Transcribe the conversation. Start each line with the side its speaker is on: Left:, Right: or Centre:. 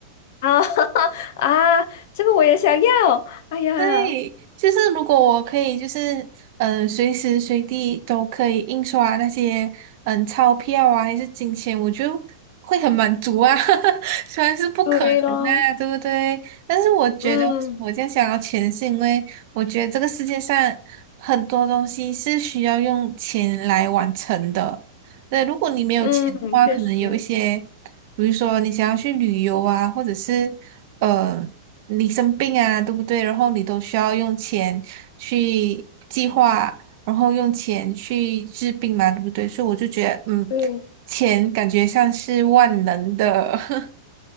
Left: 啊 <laughs> 啊，这个我也想要。哎呀，
Right: 对，就是如果我可以，就是嗯，随时随地都可以印刷那些嗯钞票啊，还是金钱，我就会很满足啊。<laughs> 虽然是不可能的啊，
Left: 对咯，
Right: 对不对？但是我觉得我这样想要钱，
Left: 嗯
Right: 是因为我觉得这个世界上很多东西是需要用钱来完成的。对，如果你没有钱的话，
Left: 嗯，确实，
Right: 可能有一些。比如说你想要去旅游啊，或者是呃你生病啊，对不对？然后你都需要用钱去计划，然后用钱去治病嘛，对不对？所以我就觉得，嗯，
Left: 对。
Right: 钱感觉像是万能的，<laughs>